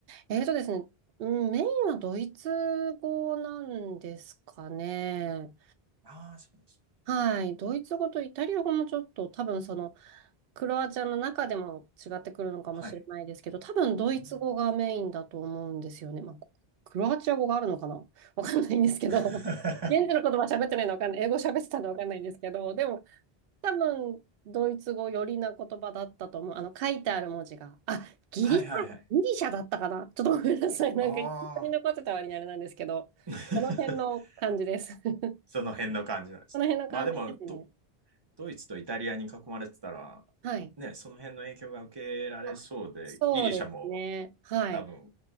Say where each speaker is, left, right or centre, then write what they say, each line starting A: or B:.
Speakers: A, on the right; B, on the right.
A: えーとですね、うん、メインはドイツ語なんですかね。
B: うかああー、そうです。
A: はい。
B: うんうん
A: ドイツ語とイタリア語もちょっと多分そのクロアチアの中でも違ってくるのかもしれないですけど、
B: はい。
A: 多分ドイツ語がメインだと思うんですよね。
B: うーん。
A: まあ、クロアチア語があるのかな <laughs> わかんないんですけど、
B: <laughs>
A: <laughs> 現地の言葉喋ってないのわかんない。英語喋ってたのわかんないんですけど、でも多分ドイツ語寄りな言葉だったと思う。あの書いてある文字が。あ、ギリシャ、
B: はいはいはい。
A: ギリシャだったかな <laughs> ちょっとごめんなさい。なんか一緒に残ってた割にあれなんですけど、
B: ああ、<laughs>
A: この辺の感じです。<laughs>
B: その辺の感じなんですね。
A: この辺の感じですね。
B: まあでもド、ドイツとイタリアに囲まれてたら、
A: はい。
B: ね、その辺の影響が受けられそうで、
A: あ、そうですね。
B: ギリシャも
A: はい。
B: 多分、